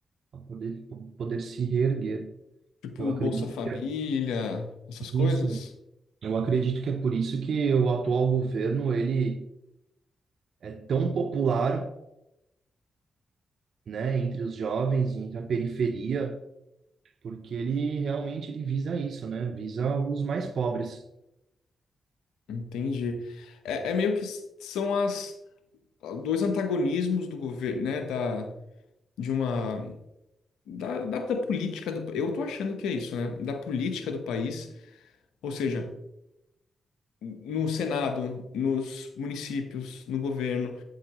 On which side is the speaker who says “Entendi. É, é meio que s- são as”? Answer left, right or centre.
Left